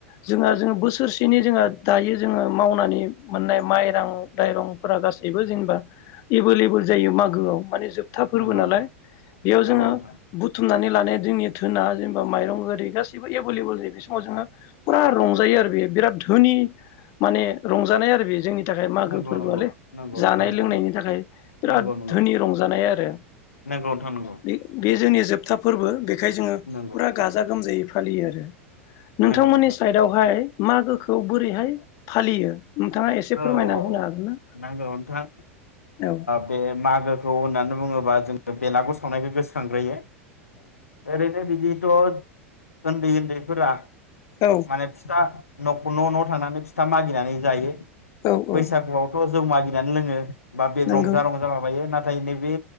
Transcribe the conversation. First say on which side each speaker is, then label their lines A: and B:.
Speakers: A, on the left; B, on the left.
A: जोंहा जों बोसोरसेनि जोंहा दायो जोङो मावनानै मोननाय माइरां टाइरंफोरा गासैबो जेनबा एभेलेबेल जायो मागोआव माने जोब था फोरबो
B: नंगौ
A: नालाय।
B: नोंथां
A: बेयाव
B: नंगौ
A: जोङो
B: नोंथां नंगौ नोंथां
A: बुथुमनानै ला नाय <unintelligible> धोना जेनबा माइरं ओरि गासिबो एभेलेबल जायो बे समाव जोङो पुरा रंजायो आरो बे बिराद धोनि माने रंजानाय आरो बे जोंनि थाखाय मागो
B: नंगौ
A: फोरबोआलै
B: नंगौ नंगौ नोंथां
A: जानाय
B: नंगौ
A: लोंनायनि
B: नंगौ
A: थाखाय बिराद
B: नंगौ नंगौ
A: धोनि रंजानाय आरो।
B: नंगौ नोंथां नंगौ
A: बे बे जोंनि जोबथा फोरबो बे खाय जोङो
B: नंगौ
A: पुरा गाजा गोमजायै फालियो आरो नोंथांमोननि
B: नंगौ नोंथां
A: साइदआवहाय मागो खौ बोरैहाय फालियो नोंथाङा एसे फोरमायना
B: औ औ
A: होनो हागोन ना
B: नंगौ नोंथां
A: औ
B: बे मागोखौ होननानै बुङोबा जोङो बेलागुर सावनायखौ गोसोखांग्रोयो ओरैनो बिदिथ उन्दै उन्दैफोरा
A: औ
B: माने फिथा नख न' न' थांनानै फिथा मागिनानै जायो
A: औ औ
B: बैसागुआवथ जौ मागिनानै लोङो बा बे
A: नंगौ
B: रंजा रंजा माबायो नाथाय नैबे